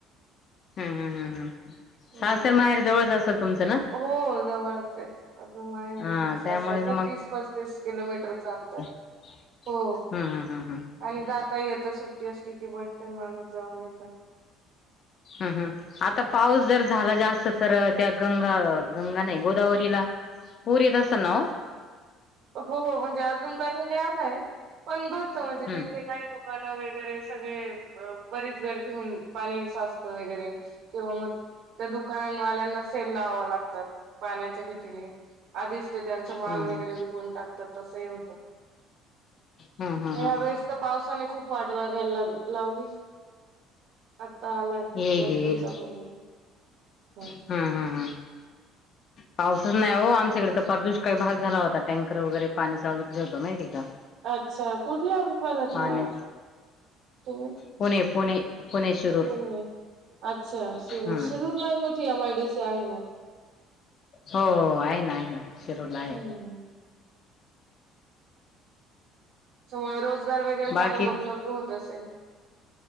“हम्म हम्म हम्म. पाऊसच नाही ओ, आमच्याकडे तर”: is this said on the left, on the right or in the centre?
Left